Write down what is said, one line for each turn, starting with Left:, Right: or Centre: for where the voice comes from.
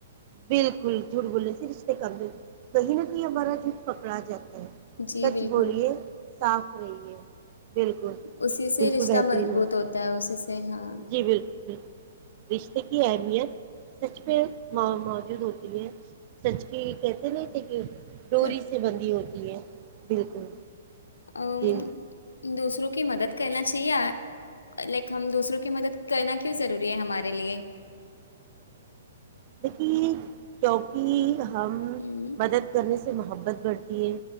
Right: بالکل جھوٹ بولنے سے رشتے کمزور ہو جاتے ہیں کہیں نہ کہیں ہمارا جو پکڑا جاتا
Left: جی
Right: سچ
Left: بالکل
Right: بولیے صاف رہیے بالکل
Left: اسی سے
Right: بالکل
Left: رشتہ
Right: بہترین
Left: مضبوط
Right: ہے
Left: ہوتا اسی سے ہاں
Right: جی بالکل بالکل رشتے کی اہمیت سچ پہ ماں موجود ہوتی ہے سچ کی کہتے نہیں تھے کہ ڈوری
Left: سر،
Right: سے بندھی ہوتی ہے بالکل
Left: ام،
Right: جی
Left: دوسروں کی مدد کرنا چاہیے لیکن ہم دوسروں کی مدد کرنا کیوں ضروری ہے ہمارے لیے
Right: کی کیوںکہ ہم
Left: ہ
Right: مدد کرنے سے سے محبت بڑھتی ہے